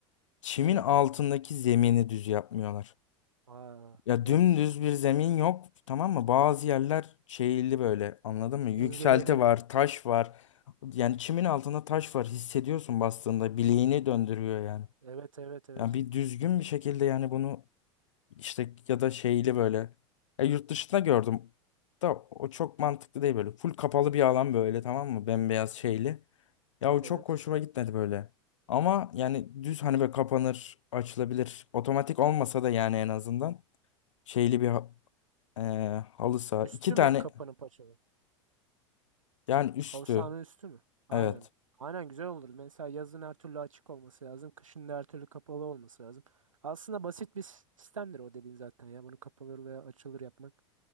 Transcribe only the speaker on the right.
Ney?
Aa,
evet
bak.
Engebeli.
Evet evet evet.
Hı hı.
Evet.
Üstü
mü kapanın paçalı?
Halı sahanın üstü mü? Aynen.
Aynen güzel olur. Mesela yazın her türlü açık olması lazım. Kışın da her türlü kapalı olması lazım. Aslında basit bir sistemdir o dediğin zaten ya. Bunu kapalı veya açılır yapmak.